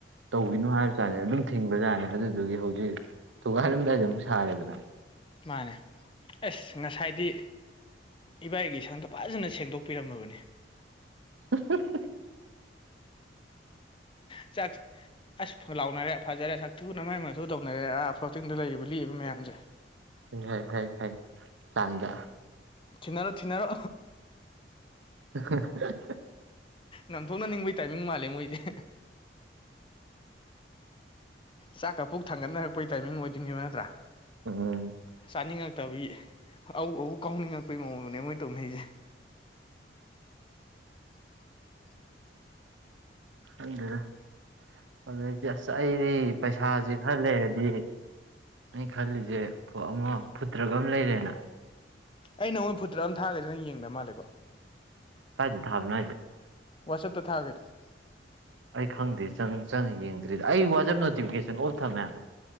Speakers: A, on the right; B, on the left.
A: ꯇꯧꯕꯤꯅꯨ ꯍꯥꯏꯕ ꯇꯥꯅꯤ ꯑꯗꯨꯝ ꯊꯤꯡꯕꯖꯥꯔꯅꯦ ꯑꯗꯨꯗꯨꯒꯤ ꯍꯧꯖꯤꯛ ꯊꯨꯒꯥꯏꯔꯝꯗꯥꯏꯗ ꯑꯃꯨꯛ ꯁꯥꯔꯦꯗꯅ
B: ꯃꯥꯅꯦ ꯑꯁ ꯉꯁꯥꯏꯗꯤ ꯏꯕꯥꯏꯒꯤ ꯁꯪꯗ ꯐꯖꯅ ꯁꯦꯡꯗꯣꯛꯄꯤꯔꯝꯃꯕꯅꯤ
A: <unintelligible>
B: ꯆꯥꯛ ꯑꯁ ꯂꯥꯎꯅꯔꯦ ꯐꯖꯔꯦ ꯁꯛ ꯊꯨꯅ ꯃꯥꯏ ꯃꯊꯨ ꯇꯧꯅꯔꯦ ꯑꯥ ꯐ꯭ꯂꯣꯇꯤꯡꯗ ꯂꯩꯔꯤꯕ ꯂꯤꯛꯏꯕ ꯃꯌꯥꯝꯁꯦ <inaudible>
A: ꯍ ꯍ ꯍ ꯆꯥꯡꯒ
B: ꯊꯤꯅꯔꯣ ꯊꯤꯅꯔꯣ
A: <unintelligible>
B: ꯅꯝꯊꯣꯛꯅꯅꯤꯡꯕꯩ ꯇꯥꯏꯃꯤꯡ ꯃꯥꯜꯂꯦ ꯃꯣꯏꯁꯦ ꯆꯥꯛꯀ ꯄꯨꯛ ꯊꯥꯡꯒꯠꯅꯔꯛꯄꯩ ꯇꯥꯏꯃꯤꯡ ꯑꯣꯏꯗꯣꯏꯅꯦꯕ ꯅꯠꯇ꯭ꯔꯥ
A: ꯎꯝ
B: ꯆꯥꯅꯤꯡꯉꯛꯇꯕ ꯑ ꯑ ꯀꯥꯎꯅꯤꯡꯉꯛꯄꯒꯤ ꯃꯑꯣꯡꯗꯨꯅꯦ ꯃꯣꯏꯅ ꯇꯧꯅꯁꯦ <unintelligible>
A: ꯑꯗꯨꯗ ꯑꯗꯨꯗꯒꯤ ꯑꯁ ꯑꯩꯗꯤ ꯄꯩꯁꯥꯁꯦ ꯈꯔ ꯂꯩꯔꯗꯤ ꯑꯩ ꯈꯜꯂꯤꯁꯦ ꯑꯃ ꯐꯨꯠꯇ꯭ꯔꯒ ꯑꯃ ꯂꯩꯔꯦꯅ
B: ꯑꯩ ꯅꯉꯣꯏ ꯐꯇꯥ ꯑꯃ ꯊꯥꯒꯗꯤ ꯅꯪꯡꯗ ꯃꯥꯂꯦꯀꯣ
A: ꯀꯥꯏꯗ ꯊꯥꯕꯅꯣ ꯍꯥꯏꯁꯦ
B: ꯋꯥꯁꯞ ꯇ ꯊꯥꯒꯔꯤꯗꯨꯗꯤ
A: ꯑꯩ ꯈꯪꯗꯦ ꯆꯪ ꯆꯪ ꯌꯦꯡꯗ꯭ꯔꯤꯗ ꯑꯩ ꯋꯥꯆꯦꯞ ꯅꯣꯇꯤꯐꯤꯀꯦꯁꯟ ꯑꯣꯐ ꯊꯝꯃꯦꯕ